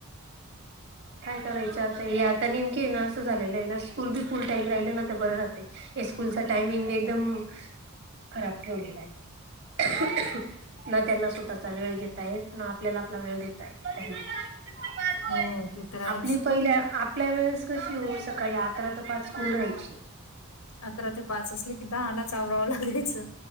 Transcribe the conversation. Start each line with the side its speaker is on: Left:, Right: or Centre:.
Right: काय करायचं आता हे आता नेमकीे आहे ना असं झालेलं आहे ना स्कूल बी फुल टाइम राहिलं ना तर बरं राहतय हे स्कूलचा टायमिंग एकदम खराब ठेवलेला आहे ना त्यांना स्वतःचा वेळ घेेतय ना आपल्याला आपला वेळ देेता येत त
Left: हो, ते तर
Right: आपली
Left: आहेच.
Right: पहिल्या आपल्या वेळेस कशी हो सकाळी अकरा ते पाच स्कूल राहायची
Left: अकरा ते पाच असले कि दहानच आवरावं लागायचं